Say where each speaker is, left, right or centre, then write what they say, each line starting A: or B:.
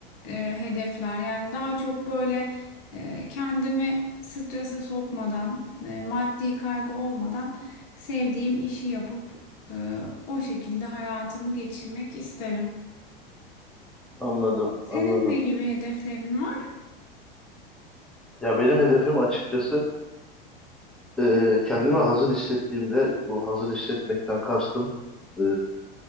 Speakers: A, on the left (about 50°); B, in the centre.
A: e, hedefler yani daha çok böyle e, kendimi strese sokmadan, e, maddi kaygı olmadan sevdiğim işi yapıp ee, o şekilde hayatımı geçirmek isterim.
B: Anladım,
A: Senin
B: anladım.
A: ne gibi hedeflerin var?
B: Ya benim hedefim açıkçası e, kendimi hazır hissettiğimde bu hazır hissetmekten kastım e,